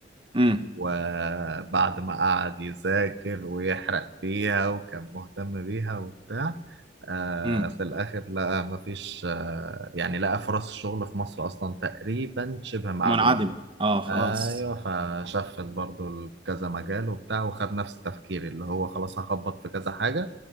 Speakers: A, on the right; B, on the right.
A: مم.
B: وبعد ما قعد يذاكر ويحرق فيها وكان مهتم بيها وبتاع آه
A: مم.
B: في الآخر لقى مفيش آه يعني لقى فرص الشغل في مصر أصلا تقريبا شبه معدومة
A: منعدمة اه خلاص
B: أيوه فشفت برضو كذا مجال وبتاع وخد نفس تفكيري اللي هو خلاص هخبط في كذا حاجة